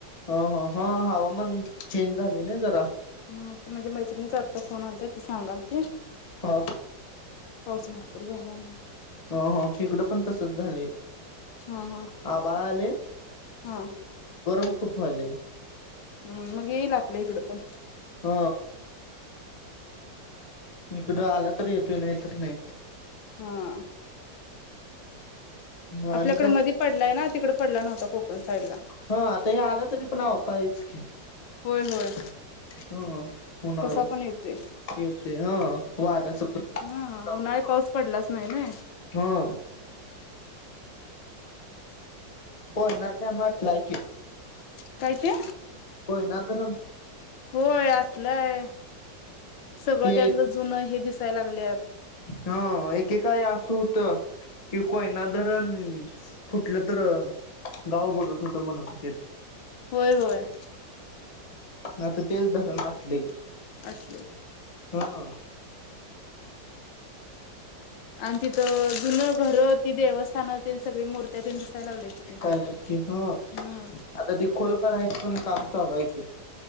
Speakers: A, on the left; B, on the left.
A: ह ह. हा हवामान चेंज झाले ना जरा.
B: ह ते म्हणजे मैत्रिणीच आत्ता फोन आलता. ती सांगाल ती.
A: ह.
B: पाऊस भरपूर झालाय म
A: हो हो. इकडं पण तसच झालंय.
B: हा हा
A: आभाळ आले.
B: हा
A: गरम खूप व्हायले.
B: हम्म, मग येईल आपल्या इकडं पण.
A: ह. इकडं आला तर येतोय. नाही तर नाही.
B: ह,
A: नाही
B: आपल्याकड
A: आणि काय
B: मधी पडलाय ना. तिकडे पडला नव्हता. कोकण साईड ला.
A: ह, आता हे आला तरी पण अवकाळीच की.
B: होय होय.
A: हो उन्हाळी.
B: कसा पण येतोय
A: येतय ह. वाऱ्यासकट.
B: हा उन्हाळी पाऊस
A: <inaudible>
B: पडलाच नाही ना
A: ह. हो ना <unintelligible> म्हटलाय की,
B: काय ते?
A: कोयना धरण.
B: होय. आतलंय सगळं
A: ते
B: त्यातलं जुनं हे दिसायला लागलेयात.
A: हां. एकेकाळी अस होत. कि कोयना धरण फुटलं तर गाव बुडत होत म्हण. त-
B: होय. होय.
A: म आता तेच धरण आटलंय.
B: आटलंय.
A: हं.
B: आणि तिथं जुने घर, ती देवस्थान तेन सगळी मूर्ती- त्या पण दिसायला लागल्यात की.
A: चालची ह
B: हम्म.
A: आता ती खोल करायचं पण काम चालू आहे की.